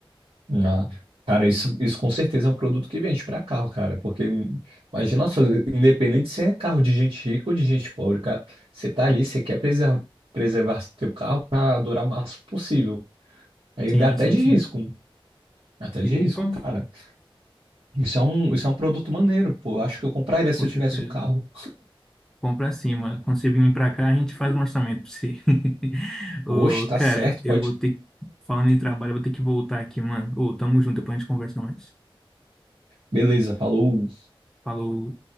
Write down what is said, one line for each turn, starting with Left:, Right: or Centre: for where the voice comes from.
Right: Ah, Cara, isso, isso com certeza é um produto que vende pra carro, cara. Porque imagina só, independente se é carro de gente rica ou de gente pobre, cara, você tá ali, você quer preservar, preservar teu carro pra durar o máximo possível. Ainda
Centre: sim,
Right: até
Centre: sim.
Right: de
Centre: sim.
Right: risco. Até de
Centre: Opa,
Right: risco, cara. Isso é um, isso é um produto maneiro, pô. Eu Acho que eu compraria se
Centre: com
Right: eu
Centre: certeza.
Right: tivesse o carro.
Centre: Compra cima Quando você vir pra cá, a gente faz um orçamento pra você. <laughs> Ô,
Right: Oxe, tá
Centre: cara,
Right: certo,
Centre: eu
Right: pode.
Centre: vou ter que... Falando em trabalho, eu vou ter que voltar aqui, mano. Ô, tamo junto, depois a gente conversa mais.
Right: Beleza, falou.
Centre: Falou.